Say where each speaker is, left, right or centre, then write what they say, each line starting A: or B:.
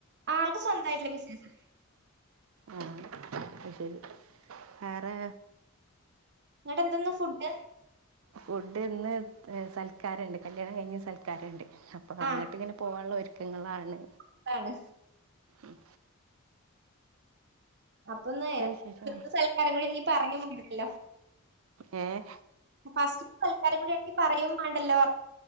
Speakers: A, on the right; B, on the right.
A: ആൾക്ക് സ്വന്തമായിട്ടുള്ള ബിസിനസാ
B: ആഹ് അത് ശരി വേറെ
A: നിങ്ങടെ എന്താന്ന് ഫുഡ്
B: ഫുഡ് ഇന്ന് സൽക്കാരം ഉണ്ട് കല്യാണം കഴിഞ്ഞ് സൽക്കാരം സൽക്കാരുണ്ട് അപ്പൊ അങ്ങോട്ട്
A: ആഹ്
B: ഇങ്ങനെ പോവാനുള്ള ഒരുക്കങ്ങളാണ്
A: അപ്പാണ്
B: മ്
A: അപ്പൊന്ന്
B: വിശേഷങ്ങൾ
A: സൽക്കാരം കൂടി നീ പറഞ്ഞ പോണ്ടല്ലോ
B: ഏഹ്
A: ഫസ്റ്റ് സൽക്കാരം കൂടി ആട്ടി പറയുകയും വേണ്ടല്ലോ